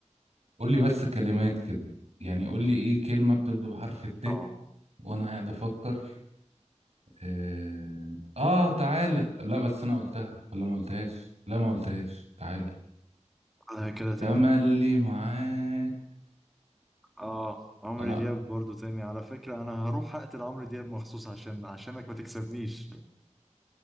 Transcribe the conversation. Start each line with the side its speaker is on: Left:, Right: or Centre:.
Right: قول لي بس كلمات كده يعني قول لي ايه كلمة بتبدأ بحرف الت
Centre: اه
Right: وانا قاعد افكر اه آه، تعالى لا بس انا قلتها ولا ما قلتهاش لا ما قلتهاش تعالى
Centre: قولها كده تاني
Right: تملي معاك
Centre: اه عمرو
Right: انا
Centre: دياب برضو تاني على فكرة أنا هروح أقتل عمرو دياب مخصوص عشان عشانك ما تكسبنيش